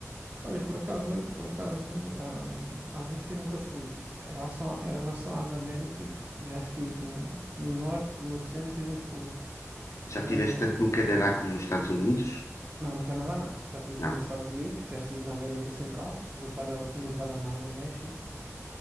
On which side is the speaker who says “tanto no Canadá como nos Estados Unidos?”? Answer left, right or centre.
Left